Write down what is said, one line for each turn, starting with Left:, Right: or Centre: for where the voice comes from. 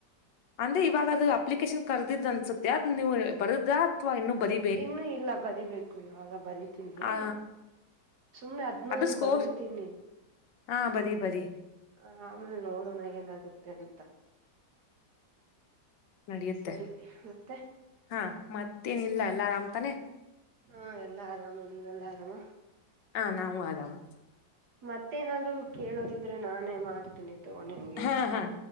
Left: ಅಂದ್ರೆ ಇವಾಗ ಅದು ಅಪ್ಲಿಕೇಶನ್ ಕಾರ್ಡಿಂತೇ ಅನ್ಸುತ್ತೆ ಅದ್ ನೀವು ಬರದ ಅಥವಾ ಇನ್ನು ಬರೀ
Right: ಇನ್ನು ಇಲ್ಲ ಬರಿಬೇಕು ಇವಾಗ ಬರಿತೀನಿ
Left: ಆ
Right: ಸುಮ್ನೆ ಅದ್ನ್ನು
Left: ಅದು
Right: ಒಂದ್
Left: ಸ್ಕೋರ್
Right: ಬರ್ದತೀನಿ
Left: ಹಾ ಬರಿ ಬರಿ
Right: ಹ ಆಮೇಲ್ ನೋಡೋಣಾಗ ಏನಾಗುತ್ತೆ ಅಂತ
Left: ನಡಿಯುತ್ತೆ
Right: ಸರಿ ಮತ್ತೆ
Left: ಹಾ ಮತ್ತೇನಿಲ್ಲ ಎಲ್ಲ ಆರಾಮ್ ತಾನೆ
Right: ಹಾ ಎಲ್ಲಾ ಆರಾಮು ನೀವೆಲ್ಲಾ ಆರಾಮ
Left: ಹ ನಾವು ಆರಾಮ್
Right: ಮತ್ತೇ ಏನಾದ್ರು ಕೇಳೋದಿದ್ರೆ ನಾನೇ ಮಾಡ್ತೀನಿ ತಗ ನಿನ್ಗೆೇ
Left: ಹಾ ಹಾ